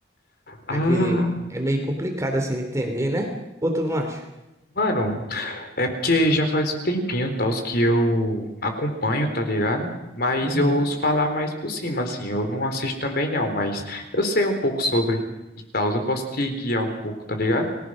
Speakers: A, on the left (about 55°); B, on the right (about 15°).
A: Ah,
B: Aquele é meio complicado assim de entender, né? Ou tu não acha?
A: mano, é porque já faz um tempinho, tal, que eu acompanho, tá ligado? Mas
B: Uhum.
A: eu ouço falar mais por cima, assim. Eu não assisto também não, mas eu sei um pouco sobre e tal. Eu posso te guiar um pouco, tá ligado?